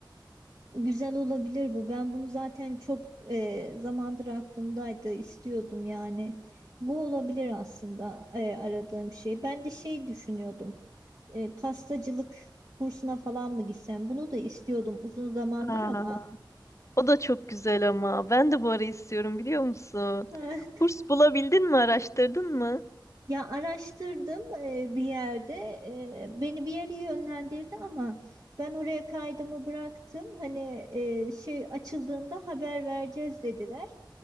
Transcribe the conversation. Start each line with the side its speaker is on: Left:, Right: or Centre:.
Right: Güzel olabilir bu. Ben bunu zaten çok e, zamandır aklımdaydı, istiyordum yani. Bu olabilir aslında e, aradığım şey. Ben de şey düşünüyordum. e, pastacılık kursuna falan mı gitsem? Bunu da istiyordum uzun zamandır
Left: Aa.
Right: ama
Left: O da çok güzel ama. Ben de bu ara istiyorum biliyor musun?
Right: <laughs>
Left: Kurs bulabildin mi? Araştırdın mı?
Right: ya araştırdım e, bir yerde. e, beni bir yere yönlendirdi ama ben oraya kaydımı bıraktım. Hani e, şey açıldığında haber vereceğiz dediler.